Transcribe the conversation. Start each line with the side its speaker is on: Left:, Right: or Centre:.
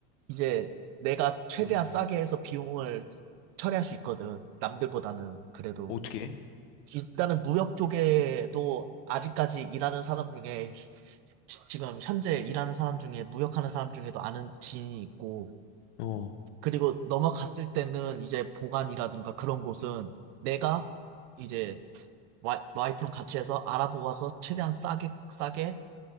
Right: 이제 내가 최대한
Left: 음.
Right: 싸게 해서 비용을 처리할 수 있거든. 남들보다는 그래도
Left: 어떻게?
Right: 일단은 무역 쪽에도 아직까지 일하는 사람 중에 지- 지금 현재 일하는 사람 중에 무역하는 사람 중에도 아는 지인이 있고
Left: 어. 어.
Right: 그리고 넘어갔을 때는 이제 보관이라든가 그런 곳은 내가 이제 와이- 와이프랑 같이 해서 알아보아서 최대한 싸게 싸게